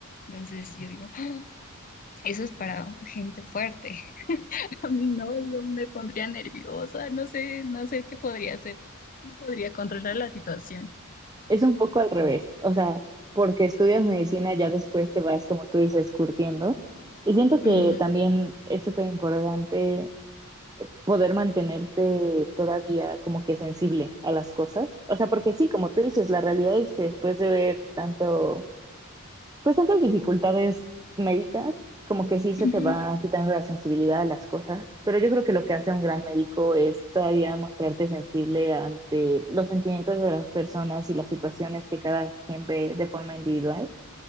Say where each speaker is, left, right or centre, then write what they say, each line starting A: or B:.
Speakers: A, on the left; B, on the right.
A: Entonces yo digo, "Ah, eso es para gente fuerte. <laughs> A mí no, yo me pondría nerviosa, no sé, no sé qué podría hacer. No podría controlar la situación.
B: Es un poco al revés. O sea, porque estudias medicina ya después te vas, como tú dices, curtiendo. Y siento que
A: Ujú,
B: también es súper importante poder mantenerte todavía como que sensible a las cosas. O sea, porque sí, como tú dices, la realidad es que después de ver tanto, pues tantas dificultades médicas, como que sí se
A: ujú,
B: te va quitando la sensibilidad a las cosas, pero yo creo que lo que hace un gran médico es todavía mostrarte sensible ante los sentimientos de las personas y las situaciones que cada quien ve de forma individual.